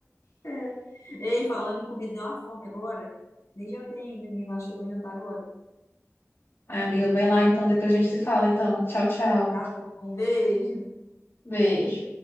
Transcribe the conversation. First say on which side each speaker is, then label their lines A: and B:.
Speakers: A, on the left (about 70°); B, on the left (about 55°).
A: É, é. Ei, falando em comida, deu uma fome agora. Nem jantei ainda, menina. Acho que eu vou jantar agora.
B: Ai, amiga, vai lá então, depois a gente se fala, então. Tchau, tchau.
A: Tá bom, um beijo.
B: Beijo.